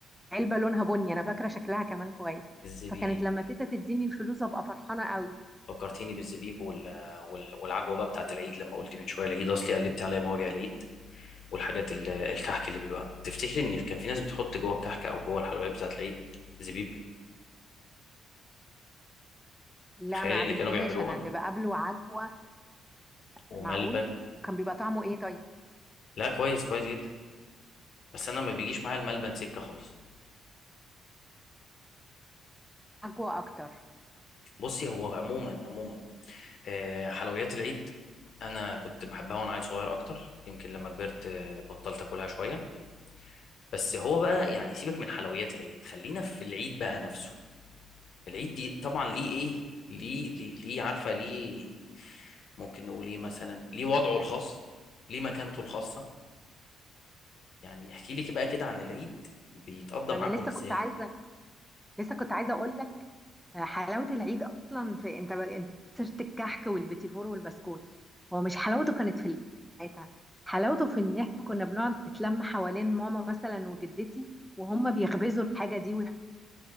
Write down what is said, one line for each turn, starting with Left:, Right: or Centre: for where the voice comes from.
Centre: علبة لونها بني انا فاكرة شكلها كمان كويس
Left: <laughs> الزبيب
Centre: فكانت لما تيتا تديني الفلوس ابقى فرحانة قوي
Left: فكرتيني بالزبيب وال... وال... والعجوه بقى بتاعت العيد لما قلت من شويه العيد اصلي قلبت عليا مواجع العيد والحاجات ال... الكحك اللي بيبقى تفتكري ان كان في ناس بتحط جوه الكحك او جوه الحلويات بتاعت العيد زبيب
Centre: لا
Left: تخيلي
Centre: ما قابلتهاش
Left: ان كانوا بيعملوها
Centre: انا اللي بقابله عجوة
Left: وملبن
Centre: معقول وكان بيبقى طعمه ايه طيب
Left: لا كويس كويس جدا بس انا ما بيجيش معايا الملبن سكه خالص
Centre: وعجوة اكتر
Left: بصي هو عموما عموما آه، حلويات العيد انا كنت بحبها وانا عيل صغير اكتر يمكن لما كبرت آه، بطلت اكلها شويه بس هو بقى يعني سيبك من حلويات العيد خلينا في العيد بقى نفسه العيد دي طبعا ليه ايه ليه ليه, ليه عارفه ليه ممكن نقول ايه مثلا ليه وضعه الخاص ليه مكانته الخاصه يعني احكي لي بقى كده عن العيد بيتقضى
Centre: ما
Left: معاكم
Centre: انا لسه
Left: ازاي
Centre: كنت عايزة لسه كنت عايزة اقول لك حلاوة العيد اصلا في انت ب... انت سيرة الكحك والبيتي فور والبسكوت هو مش حلاوته كانت في ساعتها حلاوته في ان احنا كنا بنقعد نتلم حوالين ماما مثلا وجدتي وهم بيخبزوا الحاجة دي ويح-